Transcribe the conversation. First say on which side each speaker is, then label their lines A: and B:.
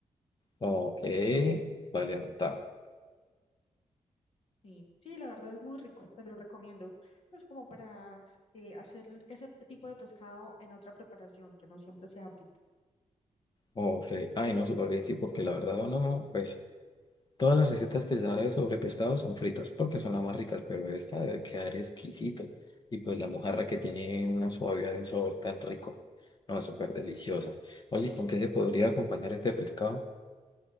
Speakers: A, on the left; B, on the left.
A: Ok, vale, anotar.
B: Sí, sí, la verdad es muy rico, te lo recomiendo. Pues como para eh, hacer ese tipo de pescado en otra preparación, que no siempre sea frito.
A: Ok, ay no, súper bien, sí, porque la verdad no, pues Todas las recetas que sabe sobre pescado son fritas porque son las más ricas, pero esta debe quedar exquisito. Y pues la mojarra que tiene una suavidad de sabor tan rico. No, súper deliciosa. Oye, ¿con qué se podría acompañar este pescado?